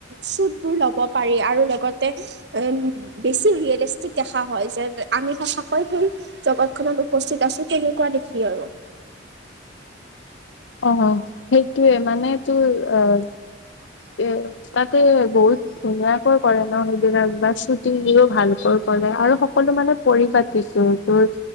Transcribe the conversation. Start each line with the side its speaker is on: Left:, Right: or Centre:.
Right: শ্বুটবোৰ ল'ব পাৰি আৰু লগতে উম, বেছি ৰিয়েলিষ্টিক দেখা হয়, যেন আমি সচাকৈ সেই জগতখনত উপস্থিত আছো, তেনেকুৱা দেখি আৰু।
Left: অহ, সেইটোৱে মানে, তোৰ অহ, এহ, তাতো বহুত ধুনীয়াকৈ কৰে ন' সেইবিলাক বা শ্বুটিংও ভালকৈ কৰে, আৰু সকলো মানে পৰিপাতিকৈ, তোৰ